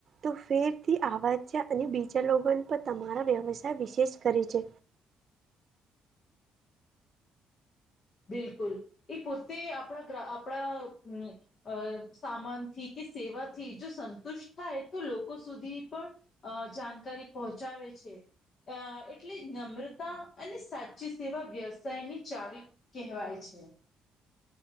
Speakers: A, on the right; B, on the left.
A: તો ફેરથી આવા છે અને બીજા લોકોને પણ તમારા વ્યવસાય વિશેષ કરે છે.
B: બિલકુલ. એ પોતે આપણા ગ્રા આપણા અ સામાનથી કે સેવાથી જો સંતુષ્ટ થાય તો લોકો સુધી પણ અ જાનકારી પહોંચાવે છે. અ એટલે જ નમ્રતા અને સાચી સેવા વ્યવસાયની ચાવી કહેવાય છે.